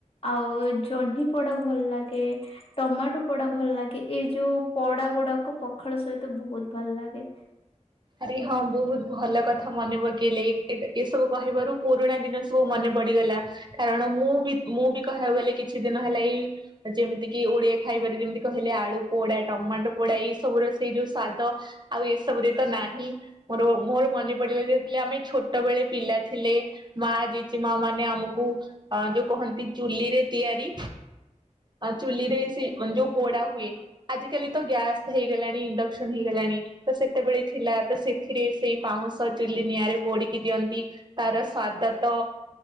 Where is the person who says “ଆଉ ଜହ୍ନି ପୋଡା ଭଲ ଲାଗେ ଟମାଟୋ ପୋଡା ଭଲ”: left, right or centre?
Left